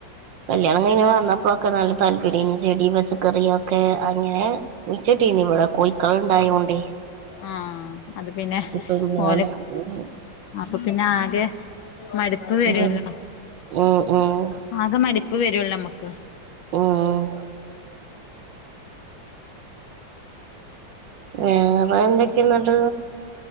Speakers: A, on the right; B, on the left.
A: കല്യാണം കഴിഞ്ഞ് വന്നപ്പൊക്കെ നല്ല താല്പര്യേനി ചെടി പച്ചക്കറിയൊക്കെ അങ്ങനെ കുയിച്ചിട്ടീനി ഇവടെ കോഴിക്കള് ഇണ്ടായോണ്ടേയ്
B: ആഹ് അത് പിന്നെ
A: തിന്നാണ്
B: ഓരെ
A: ഉം
B: അപ്പൊ പിന്നെ ആകെ മട്പ്പ് വരുല്ലോ
A: ഉം ഉം ഉം
B: ആകെ മടിപ്പ് വരുല്ലോ അമ്മക്ക്
A: ഉം വേറെ എന്തൊക്കെഞ്ഞെട്ട്